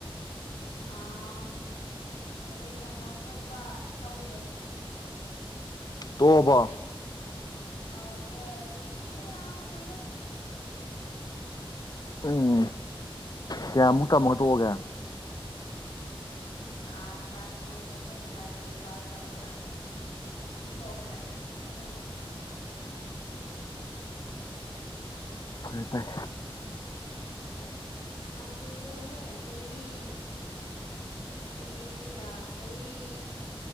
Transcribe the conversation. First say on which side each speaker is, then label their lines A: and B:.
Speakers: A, on the left; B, on the left.
A: ꯑꯥ ꯂꯥꯏꯔꯤꯛ ꯇꯝꯕ ꯈꯣꯠꯄ ꯇꯧꯗꯦ
B: ꯇꯣꯛꯑꯕꯣ
A: ꯀꯨꯏꯔꯦ ꯑꯥꯎ ꯇꯣꯏꯑꯦ ꯀꯨꯏꯔꯦ ꯌꯥꯝ ꯀꯨꯏꯔꯦ
B: ꯎꯝ ꯀꯌꯥꯃꯨꯛ ꯇꯝꯃꯒ ꯇꯣꯛꯑꯒꯦ
A: ꯑ ꯀ ꯀ꯭ꯂꯥꯁ ꯇꯦꯟ ꯀꯥꯛ ꯇꯅꯦ ꯀ ꯀ꯭ꯂꯥꯁ ꯇꯦꯟꯟ ꯄꯥꯁ ꯇꯧꯔꯒ ꯇꯣꯛꯈ꯭ꯔꯦ ꯑꯗꯨꯝ
B: ꯍ ꯇꯥꯏ
A: ꯌꯥꯝ ꯀꯣꯏꯁꯨꯦꯍ ꯆꯍꯤ ꯆꯍꯤ ꯆꯍꯤ ꯀꯌꯥ ꯆꯍꯤ